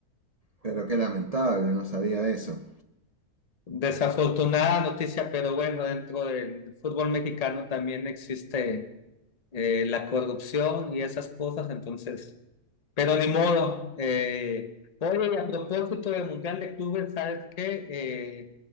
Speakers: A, on the right; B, on the left.
A: Pero qué lamentable, no sabía eso.
B: Desafortunada noticia, pero bueno, dentro del fútbol mexicano también existe eh, la corrupción y esas cosas, entonces... Pero ni modo. Eh, oye, y a propósito del Mundial de Clubes, ¿sabes qué? Eh,